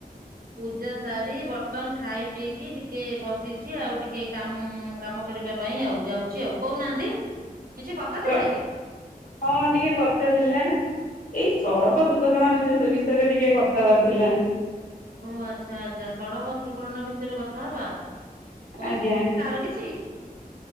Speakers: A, on the right; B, on the left.
A: ପୂଜା ସାରି ବର୍ତ୍ତମାନ ଖାଇ ପିଇକି ଟିକେ ବସିଚି ଆଉ ଟିକେ କାମ କାମ କରିବା ପାଇଁ ଆଉ ଯାଉଚି ଆଉ କହୁନାହାନ୍ତି କିଛି କଥା
B: ର
A: ଥିଲା କି।
B: ହଁ ଟିକେ କଥା ଥିଲା। ଏଇ ସଡ଼କ ଦୁର୍ଘଟଣା ବିଷୟରେ ଟିକେ କଥାହବାର ଥିଲା।
A: ଓ ଆଚ୍ଛା ଆଚ୍ଛା ସଡ଼କ ଦୁର୍ଘଟଣା ବିଷୟରେ କଥା ହବା କ
B: ଆଜ୍ଞା
A: କାହାର କିଛି